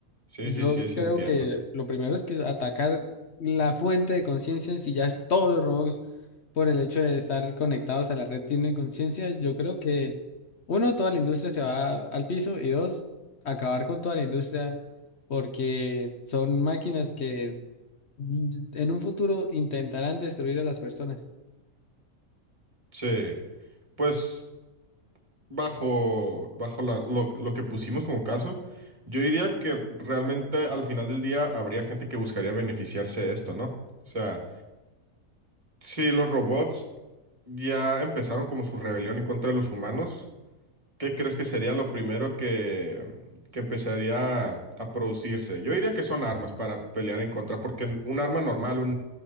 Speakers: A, on the right; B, on the left.
A: sí,
B: yo
A: sí, sí, sí
B: creo
A: entiendo.
B: que lo primero es que atacar la fuente de conciencia, si ya es todos los robots por el hecho de estar conectados a la red tienen conciencia, yo creo que uno, toda la industria se va al piso y dos, acabar con toda la industria porque son máquinas que mm, en un futuro intentarán destruir a las personas.
A: Sí, pues... bajo, bajo la- lo, lo que pusimos como caso, yo diría que realmente al final del día habría gente que buscaría beneficiarse de esto, ¿no? O sea, si los robots ya empezaron como su rebelión en contra de los humanos, ¿qué crees que sería lo primero que, que empezaría a producirse? Yo diría que son armas para pelear en contra, porque un arma normal,